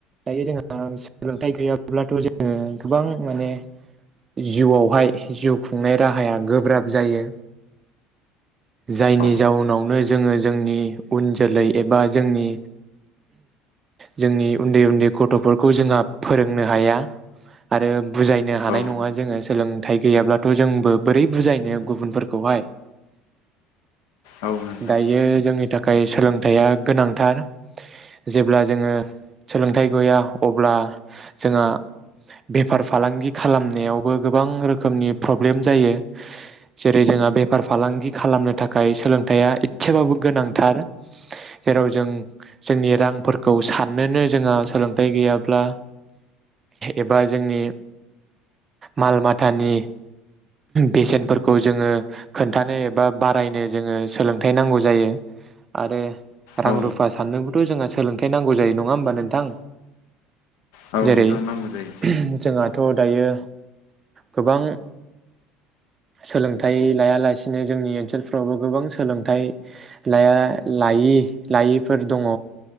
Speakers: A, on the right (about 30°); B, on the left (about 80°).
A: दायो जोंहा सोलोंथाइ गैयाब्लाथ जोङो गोबां माने जिउवावहाय जिउ खुंनाय राहाया गोब्राब जायो। जायनि
B: औ
A: जाउनावनो जोङो जोंनि उन जोलै एबा जोंनि जोंनि उन्दै उन्दै गथफोरखौ जोंहा फोरोंनो हाया आरो बुजायनो हानाय
B: औ
A: नङा जोङो सोलों थाइ गैयाब्लाथ जोंबो बोरै बुजायनो गुबुनफोरखौहाय?
B: औ नोंथां
A: दायो जोंनि था खाय सोलोंथाइया गोनांथार जेब्ला जोङो सोलोंथाइ गैया अब्ला जोंहा बेफार फालांगि खालामनायावबो गोबां रोखोमनि प्रब्लेम जायो। जेरै जोंहा बेफार फालांगि खालामनो थाखाय सोलोंथाइया एसेबाबो गोनांथार। जेराव जों जोंनि रांफोरखौ साननोनो जोंहा सोलोंथाइ गैयाब्ला एबा जोंनि माल माथानि बेसेनफोरखौ जोङो खोन्थानो एबा बारायनो जोङो सोलोंथाइ नांगौ जायो आरो रां
B: औ
A: रुफा साननोखौथ जोंहा सोलोंथाइ नांगौ जायो नङा होनबा नोंथां
B: औ
A: जेरै
B: नोंथां नांगौ जायो।
A: जोंहाथ दायो गोबां सोलोंथाइ लायालासिनो जोंनि ओनसोलफ्रावबो गोबां सोलोंथाइ लाया लायि लायिफोर दङ।